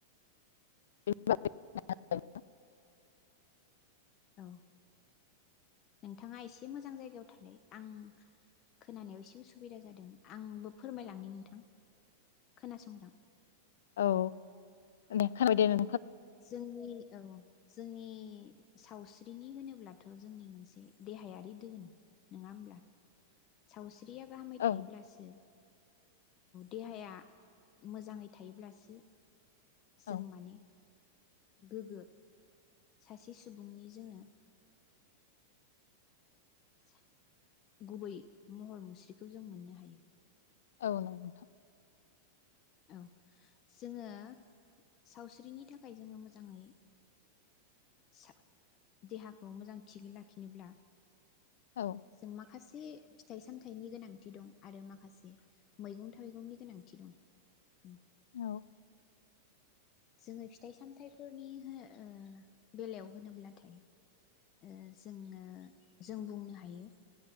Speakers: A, on the left; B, on the left.
A: <unintelligible>
B: औ नोंथाङा एसे मोजां जायगायाव थालाय आं खोनानायाव एसे उसुबिदा जादों आंबो फोरमायलांनि नोंथां खोनासंलां
A: औ दे खोनाबाय दे नों।
B: जोंनि। औ जोंनि सावस्रिनि होनोब्लाथ जोंनि मोनसे देहायारि धोन नङा होमब्ला सावसि द्रिया गाहामाय
A: औ
B: थायोब्लासो। देहाया मोजाङै थायोब्लासो जों
A: औ
B: माने गोग्गो सासे सुबुंनि जोङो सा गुबै महर मुस्रिखौ जों मोननो हायो।
A: औ नोंथां।
B: औ जोङो सावस्रिनि थाखाय जोङो मोजाङै सा- देहाखौ मोजां थिगै लाखिनोब्ला
A: औ
B: जों मा खासे फिथाइ सामथाइनि गोनांथि दं आरो माखासे मैगं थाइगंनि गोनांथि दं। उम।
A: औ
B: जोङो फिथाइ सामथाय फोरनि हो ओ बेलायाव होनोब्लाथाय ओ जोङो जों बुंनो हायो